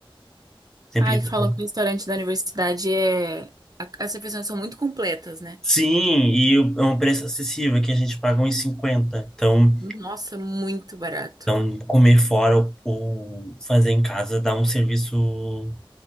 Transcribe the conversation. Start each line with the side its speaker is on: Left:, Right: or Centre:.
Centre: Sempre
Right: Ai,
Centre: que...
Right: falam
Centre: dá.
Right: que o restaurante da universidade é. a- As refeições são muito completas, né?
Centre: Sim, e o- é um preço acessível, que a gente paga uns 50. Então,
Right: Nossa, muito barato.
Centre: então comer fora ou, ou fazer em casa dá um serviço